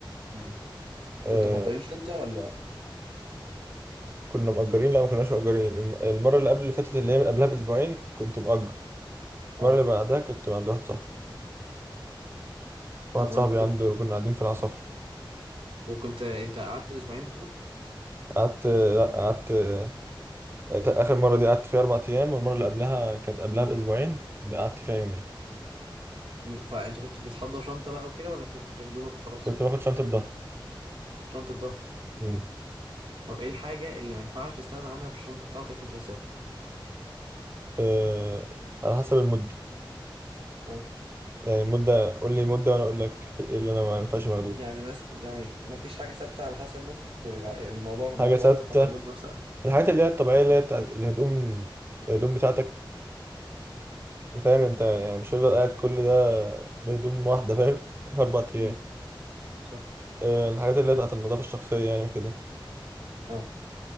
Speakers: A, on the right; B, on the right.
A: امم وكنتوا
B: آه،
A: محضرين شنطة ولا
B: كنا مأجرين لا ما كناش مأجرين الم- المرة اللي قبل اللي فاتت اللي هي من قبلها بأسبوعين كنت مأجر
A: اه
B: المرة اللي بعدها كنت عند واحد صاحبي واحد
A: طب وانت
B: صاحبي
A: كنت
B: عنده كنا قاعدين في العصافرة
A: وكنت انت قعدت اسبوعين بتقول
B: قعدت لا قعدت آه، آخر مرة دي قعدت فيها أربع أيام والمرة اللي قبلها كانت قبلها بأسبوعين قعدت فيها يومين
A: مم، فانت كنت بتحضر شنطة بقى وكده ولا كنت بهدومك وخلاص
B: كنت باخد شنطة ظهر
A: شنطة ظهر
B: أمم.
A: طب ايه الحاجة اللي ما ينفعش تستغنى عنها في الشنطة بتاعتك وانت بتسافر
B: آه، على حسب المدة
A: اه
B: يعني مدة قول لي مدة وأنا أقول لك إيه اللي أنا ما ينفعش باخدوش
A: يعني بس يعني ما فيش حاجة ثابتة على حسب المدة يعني الموضوع متوقف
B: حاجة ستة
A: على المدة نفسها
B: الحاجات اللي هي الطبيعية اللي هي بتاعت الهدوم الهدوم بتاعتك فاهم أنت يعني مش هفضل قاعد كل ده بهدوم واحدة فاهم <laughs> أربع أيام
A: مم، صح
B: آه، الحاجات اللي هي بتاعت النظافة الشخصية يعني وكده
A: اه